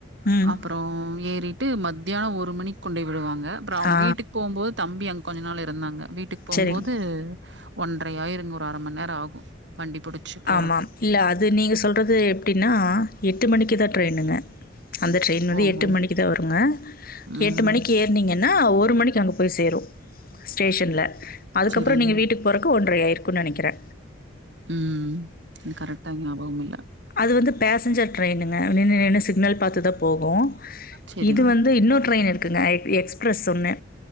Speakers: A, on the left (about 50°); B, on the right (about 70°).
A: ம்.
B: அப்பற அப்புறம் ஏறிட்டு மத்தியானம் ஒரு மணிக்கு கொண்டுய விடுவாங்க அப்புறம் அவங்க
A: ஆ
B: வீட்டுக்கு போம்போது தம்பி அங்க கொஞ்ச நாள் இருந்தாங்க வீட்டுக்கு போம்போது
A: சரிங்க.
B: ஒன்றரை ஆயிரிருங்க ஒரு அரை மண்நேர ஆகு வண்டி புடிச்சு போறக்கு
A: ஆமாம். இல்ல அது நீங்கள் சொல்றது எப்டின்னா எட்டு மணிக்கு தா ட்ரெயினுங்க அந்த ட்ரெயின் வந்து
B: ஓஹோ!
A: எட்டு மணிக்கு தா வருங்க
B: ம்.
A: எட்டு மணிக்கு ஏ ர்னீங்கன்னா ஒரு மணிக்கு அங்க போய் சேரு ஸ்டேஷன்ல அதுக்கப்புற
B: சரிங்க.
A: நீங்க வீட்டுக்கு போறக்கு ஒன்றை ஆயிருக்குன்னு நினைக்கிறே
B: ம் எனக் கரக்டா ஞாபகம் இல்ல
A: அது வந்து பேசஞ்சர் ட்ரெயினுங்க நின்னு நின்னு சிக்னல் பாத்துதா போகு
B: சரிங்க,
A: இது வந்து இன்னொரு ட்ரெயின் இருக்குங்க எக்ஸ்பிரஸ் ஒன்னு